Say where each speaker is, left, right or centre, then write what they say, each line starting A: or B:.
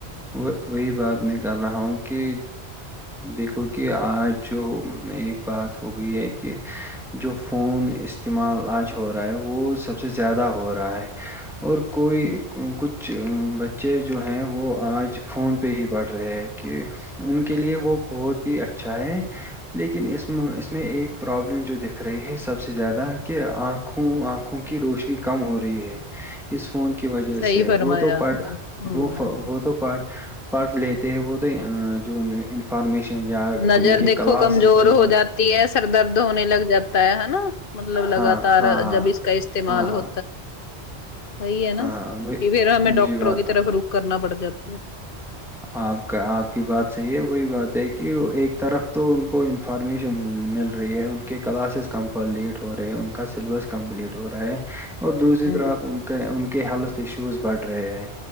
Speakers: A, in the centre; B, on the left.
A: وہی بات میں کر رہا ہوں کہ دیکھو کہ آج جو ایک بات ہو گئی ہے کہ جو فون استعمال آج ہو رہا ہے وہ سب سے زیادہ ہو رہا ہے اور کوئی کچھ بچے جو ہیں وہ آج فون پہ ہی پڑھ رہے ہیں کہ ان کے لیے وہ بہت ہی اچھا ہے لیکن اس اس میں ایک پرابلم جو دکھ رہی ہے سب سے زیادہ کہ آنکھ آنکھوں آنکھوں کی روشنی کم ہو رہی ہے اس فون کی وجہ
B: صحیح
A: سے
B: فرمایا
A: وہ تو
B: آپ
A: پھ
B: نے ہوں
A: وہ وہ تو پھ پڑھ لیتے ہیں وہ تو جو انفارمیشن یا
B: نظر
A: ان کے
B: دیکھو
A: کلاسز
B: کمزور
A: جو ہو
B: جاتی سر درد ہونے لگ جاتا ہے نا مطلب لگاتار
A: ہاں ہاں
B: جب اس کا استعمال
A: ہاں ہاں
B: ہو
A: ہاں
B: وہی ہے نا
A: ہاں ہاں وہ-
B: کہ پھرا ہمیں ڈاکٹروں
A: جی بات
B: کی طرف رخ کرنا پڑ جاتا ہے
A: آپ کا آپ کی بات صحیح ہے وہی بات ہے کہ ایک طرف تو ان کو فارمیشن مل رہی ہے ان کے کلاسز کمپلیٹ ہو رہے ہے ان کا سلیبس کمپلیٹ ہو رہا ہے اور دوسری
B: ہوں
A: طرف ان کے ان کے ہیلتھ ایشوز بڑھ رہے ہیں